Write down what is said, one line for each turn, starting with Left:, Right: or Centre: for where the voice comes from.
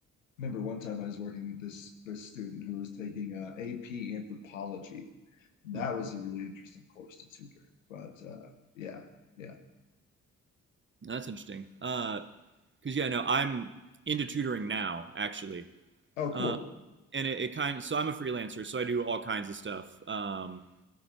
Left: remember one time I was working with this this student who was taking uh, AP Anthropology, and
Right: Hmm,
Left: that was a really interesting course to tutor. But uh, yeah, yeah.
Right: that's interesting. Uh, because yeah, no, I'm into tutoring now actually,
Left: Oh,
Right: uh,
Left: cool.
Right: and it, it kind. of, So I'm a freelancer, so I do all kinds of stuff. Um,